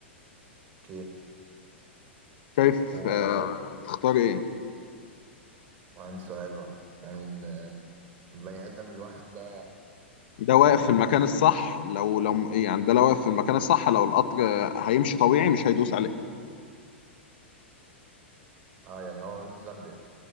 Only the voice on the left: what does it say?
شايف
آه تختار ايه
ده
واقف
في المكان الصح لو لو يعني ده لو واقف في المكان الصح لو القطر آه، هيمشي طبيعي مش هيدوس عليه